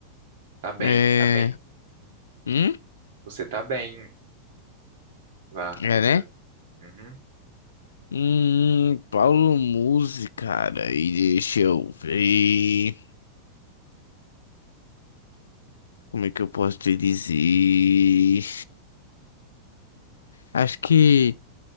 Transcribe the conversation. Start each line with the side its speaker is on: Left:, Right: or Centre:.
Right: Tá bem,
Left: É.
Right: tá bem.
Left: Hum?
Right: Você tá bem. Vá,
Left: É,
Right: continua.
Left: né?
Right: Uhum.
Left: Hum, Paulo Musi, cara, e deixa eu ver. Como é que eu posso te dizer? Acho que